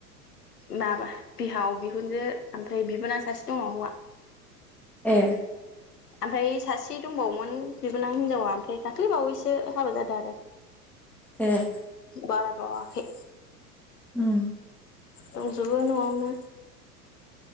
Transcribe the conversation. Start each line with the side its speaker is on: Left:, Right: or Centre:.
Left: माबा बिहाव बिहुनजो ओमफ्राय बिबोनां सासे दङ हौवा
Centre: ए
Left: ओमफ्राय सासे दंबावोमोन बिबोनां हिनजावा ओमफ्राय दाख्लैबावैसो हाबा जादों आरो <unintelligible>
Centre: ए
Left: बारा बाववाखोय
Centre: उम
Left: दंजोबो न'आवनो